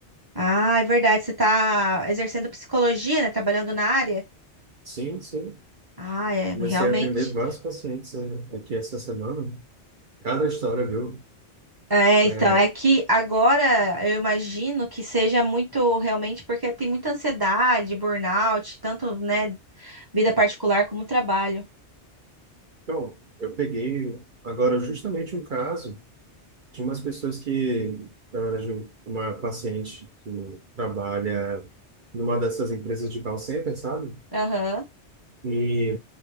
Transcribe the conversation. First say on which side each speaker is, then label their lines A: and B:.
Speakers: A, on the right; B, on the right.
A: Ah, é verdade, você tá exercendo psicologia, né? Trabalhando na área?
B: Sim, sim.
A: Ah, é, realmente.
B: Comecei a atender vários pacientes eh, aqui essa semana. Cada história, viu?
A: É, então,
B: É,
A: é que agora eu imagino que seja muito realmente porque tem muita ansiedade, burnout, tanto, né, vida particular como trabalho.
B: então, eu peguei agora justamente um caso de umas pessoas que, na verdade, um- uma paciente que trabalha numa dessas empresas de call center, sabe?
A: Aham.
B: E